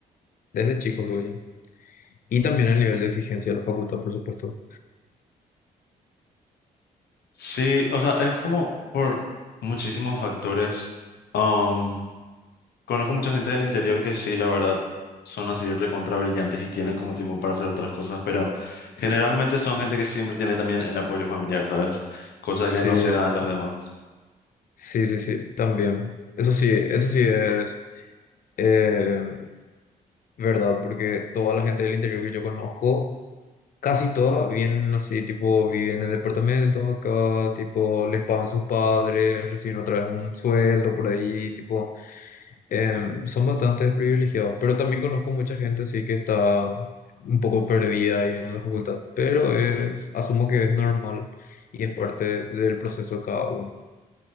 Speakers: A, on the left; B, on the left.
A: desde chicos, luego ya. Y también el nivel de exigencia de la facultad, por supuesto.
B: Sí, o sea, es como por muchísimos factores. Am, conozco mucha gente del interior que sí, la verdad, son así recontra brillantes y tienen como tiempo para hacer otras cosas, pero generalmente son gente que siempre tiene también el apoyo familiar, ¿sabes? Cosa
A: Sí,
B: que no se da en los demás.
A: sí, sí, sí, también. Eso sí, eso sí es, eh, ¿verdad? Porque toda la gente del interior que yo conozco, casi todas vienen así, tipo, viven en departamentos acá, tipo, les pagan sus padres, reciben otra vez un sueldo por ahí, tipo, em, son bastante privilegiados. Pero también conozco mucha gente así que está un poco perdida ahí en la facultad, pero es- asumo que es normal y es parte del proceso de cada uno.